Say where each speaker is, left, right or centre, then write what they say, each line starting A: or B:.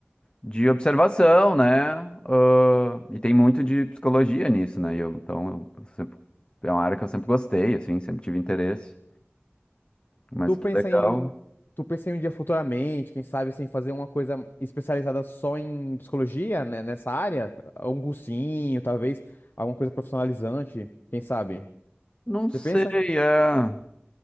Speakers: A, on the left; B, on the left.
A: de observação, né, ãh, e tem muito de psicologia nisso, né, e eu, então, eu sempre, é uma área que eu sempre gostei, assim, sempre tive interesse. Mas
B: Tu pensa
A: que legal.
B: em, tu pensa em um dia futuramente, quem sabe, assim, fazer uma coisa especializada só em psicologia, né, nessa área? Um cursinho, talvez, alguma coisa profissionalizante, quem sabe?
A: Não sei,
B: Você pensa?
A: é. Não